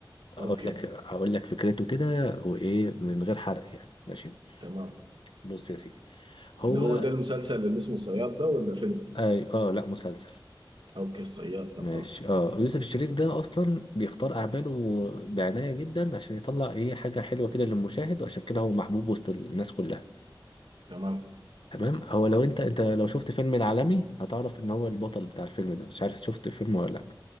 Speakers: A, on the left; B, on the right.
A: اقول
B: اوكي
A: لك هقول لك فكرته كده وايه من غير حرق يعني ماشي
B: تمام
A: بص يا سيدي هو
B: اللي هو ده المسلسل اللي اسمه صياد ده ولا فيلم
A: اي اه لا مسلسل
B: اوكي الصياد تمام
A: ماشي اه يوسف الشريف ده اصلا بيختار اعماله بعنايه جدا عشان يطلع ايه حاجه حلوه كده للمشاهد وعشان كده هو محبوب وسط الناس كلها
B: تمام
A: تمام هو لو انت انت لو شفت فيلم العالمي هتعرف ان هو البطل بتاع الفيلم ده مش عارف شفت فيلم ولا لا